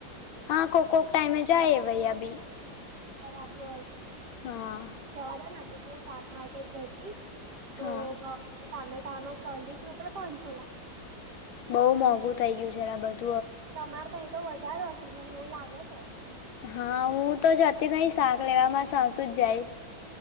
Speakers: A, on the left; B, on the right.
A: હા કોકોક ટાઈમે જાય ભાઈયા બી
B: બરાબર
A: હા
B: જવાદો નથી તું શાક માર્કેટ ગયતી તો
A: હા
B: ટામેટા નો ચોલીસ રૂપે પચોલા
A: બહુ મોંઘું થઇ ગયું છે એરા બધ
B: તમારે તંય તો વધારો હશે મને એવું લાગે છે.
A: હા હું તો જતી નહિ શાક લેવામાં સાસું જ જાય